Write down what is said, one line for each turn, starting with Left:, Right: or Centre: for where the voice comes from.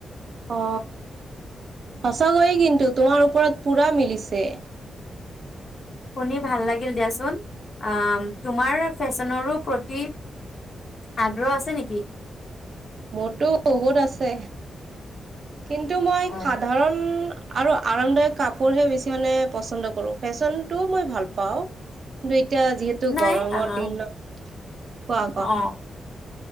Right: অ সঁচাকৈয়ে কিন্তু তোমাৰ ওপৰত পুৰা মিলিছে।
Left: শুনি ভাল লাগিল দিয়া চোন আ ফেশ্বনৰো প্ৰতি আগ্ৰহ আছে নেকি?
Right: মোৰতো বহুত আছে কিন্তু মই
Left: অ
Right: সাধাৰণ আৰু আৰামদায়ক কাপোৰহে বেছি মানে পচন্দ কৰো, ফেশ্বনটোও মই ভাল পাওঁ। কিন্তু এতিয়া যিহেতু
Left: নাই
Right: গৰমৰ
Left: আহ
Right: দিন কোৱা কোৱা
Left: অ